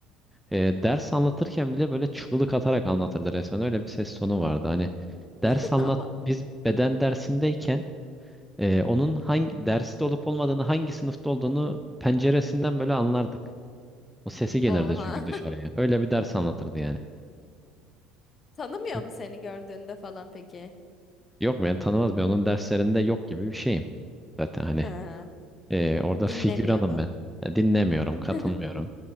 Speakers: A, in the centre; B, on the left (about 35°).
A: Ee, ders anlatırken bile böyle çığlık atarak anlatırdı resmen. Öyle bir ses tonu vardı. Hani
B: <laughs>
A: ders anlat
B: Ama
A: biz beden dersindeyken e, onun hangi derste olup olmadığını, hangi sınıfta olduğunu penceresinden böyle anlardık. O sesi gelirdi
B: oha.
A: çünkü dışarıya. Öyle bir ders anlatırdı yani.
B: <laughs> Tanımıyor
A: Çok-
B: mu seni gördüğünde falan peki?
A: Yok beni tanımaz ben onun derslerinde yok gibi bir şeyim. Zaten hani
B: Ha.
A: e, orada figüranım
B: Dinlemiyordun.
A: ben. Ya dinlemiyorum,
B: <laughs>
A: katılmıyorum.